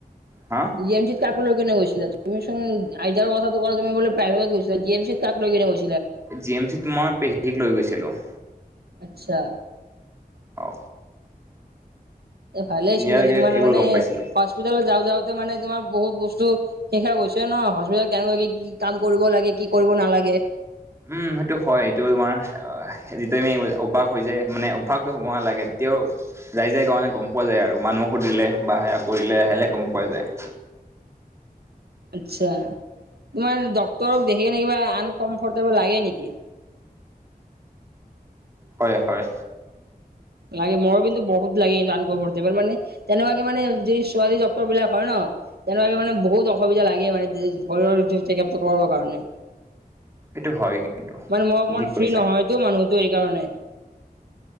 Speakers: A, on the right; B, on the right.
A: হা
B: জি এম চিত কাক লৈ কিনে গৈ চিলা, তুমি চোন আইতা ৰৰ কথাটো তুমিলে প্ৰাইভেটত গৈছিলা জি এম ছিত কাক লৈ কিনে গৈ
A: জি এম চি তোমাৰ পেহীক লৈ গৈছিলো।
B: আচ্ছা।
A: অ।
B: এ ভালে
A: তেতিয়া
B: চোনে তোমাৰ
A: এইবোৰ
B: মানে
A: গম পাইছিলো।
B: হস্পিটাল যাওঁ যাওঁ মানে তোমাৰ বহুত বস্তু শিকা গৈছে ন হস্পিতেল কেনেকুৱা কি কাম কৰিব লাগে কি কৰিব নালাগে? এ
A: উম সেইটো হয় এইটো তোমাৰ এ যিটো তুমি অভ্যাস হৈ যায় মানে অভ্যাসটো হব নালাগে। এতিয়াও যাই যাই কাৰণে গম পোৱা যায় আৰু মানুহক সুধিলে বা সেয়া কৰিলে আহিলে গম পোৱা যায়। <inaudible>
B: আচ্ছা। তোমাৰ ড্ক্তৰক দেখি কিনে কিবা আনকমফৰ্টেবল লাগে নেকি?
A: হয় হয়।
B: লাগে মোৰো কিন্তু বহুত লাগে আনকমফৰ্টেবল মানে তেনেকুৱাকে মানে যি ছোৱালী ডক্তৰ বিলাক হয় ন তেনেকুৱাকে মানে বহুত অসুবিধা লাগে মানে শৰীৰৰ চেকআপ কৰিবৰ কাৰণে।
A: সেইটো হয় কিন্তু
B: মানে মই অকমান
A: ঠিক কৈছা
B: ফ্ৰী নহয়তো মানুহটো এইকাৰণে।